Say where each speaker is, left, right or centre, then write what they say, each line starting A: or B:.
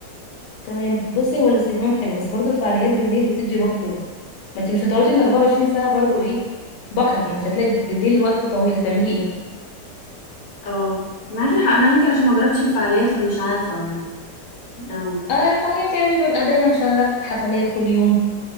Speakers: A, on the left; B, on the left.
A: تمام بصي هو الاستجمام حلو بس برضو الفعاليات بالليل بتدي روح كده ما انت مش هتقعدي ال 24 ساعه برضو ايه بحر انت هتلاقي بالليل وقت طويل هتعملي ايه
B: اه معاكي حق أنا يمكن عشان ما جربتش الفعاليات فمش عارفة اه
A: آه الفعاليات يعني بيبقى دايما شغال حفلات كل يوم